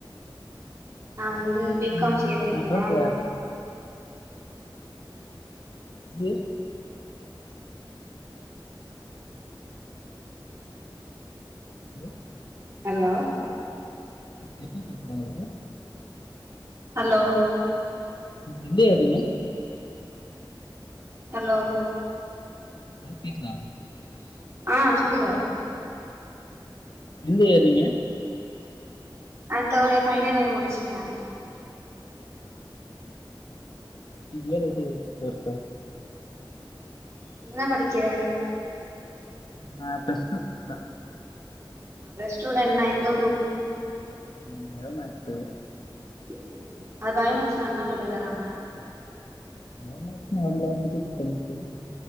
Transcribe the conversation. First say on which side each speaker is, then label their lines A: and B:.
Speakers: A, on the right; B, on the left.
A: நா வந்து பி காம்
B: ம்
A: சி ஏ படிக்கிற
B: நா இப்பதா ப இ ம்
A: ஹலோ
B: எத்தன <unintelligible> உங்களுக்கு
A: ஹலோ
B: எந்த யேரு நீ
A: ஹலோ
B: ஹலோ கேக்குதா
A: ஆ சொல்லுங்க
B: எந்த இயர் நீங்க
A: <unintelligible> ஃபைனல் இயர் முடிஷ்ட்ட
B: <inaudible> ஒர்க்கா
A: நீ என்ன படிக்கிற
B: நா ப்ளஸ் டூ ப்ப
A: அ ப்ளஸ் டூல என்ன எந்த குரூப்
B: ம் பயோ மேக்ஸு
A: ம் ம் அது பயோமேக்ஸ்னா என்ன சொல்லி தராங்க
B: bio maths <unintelligible> physics chemistry